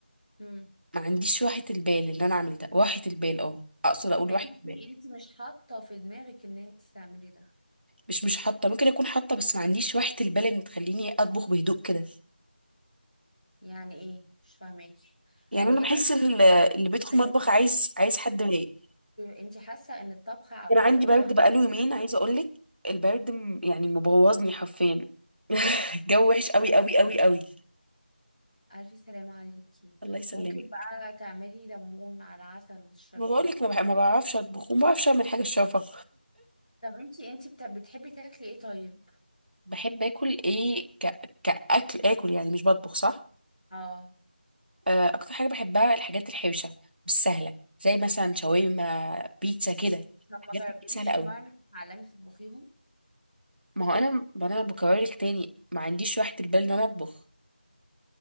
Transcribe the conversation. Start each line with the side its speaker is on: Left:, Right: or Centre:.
Centre: مم.
Right: ما عنديش راحة البال اللي انا اعمل ده راحة البال اه اقصد اقول راحة
Centre: انتي
Right: بال
Centre: انتي مش حاطة في دماغك ان انتي تعملي ده
Right: مش مش حاطة ممكن اكون حاطة بس ما عنديش راحة البال اللي تخليني اطبخ بهدوء كده
Centre: يعني ايه مش فاهماكي
Right: يعني
Centre: يعني
Right: انا بحس
Centre: انت
Right: ان ال- اللي بيدخل
Centre: انت
Right: مطبخ عايز عايز حد رايق
Centre: انت حاسه ان الطبخ عاوز
Right: انا عندي
Centre: له
Right: برد
Centre: راحه
Right: بقاله يومين عايزة اقول لك البرد م- يعني مبوظني حرفيا <laughs> الجو وحش قوي
Centre: نفسية؟
Right: قوي قوي قوي
Centre: ألف سلامة عليكي
Right: الله يسلمك
Centre: ممكن بقى تعملي ليمون على عسل وتشربيه
Right: ما بقولك ما, بح- ما بعرفش اطبخ وما بعرفش اعمل حاجة الشافة
Centre: طب انتي انتي بت- بتحبي تاكلي ايه طيب؟
Right: بحب اكل ايه ك... كاكل اكل يعني مش بطبخ صح
Centre: اه
Right: آه، اكتر حاجه بحبها الحاجات الحوشه مش سهله زي مثلا شاورما بيتزا كده
Centre: طب
Right: الحاجات
Centre: ما جربتيش
Right: دي سهله قوي
Centre: مرة انك تتعلمي تطبخيهم؟
Right: ما هو انا انا بكرر لك تاني ما عنديش راحه البال ان انا اطبخ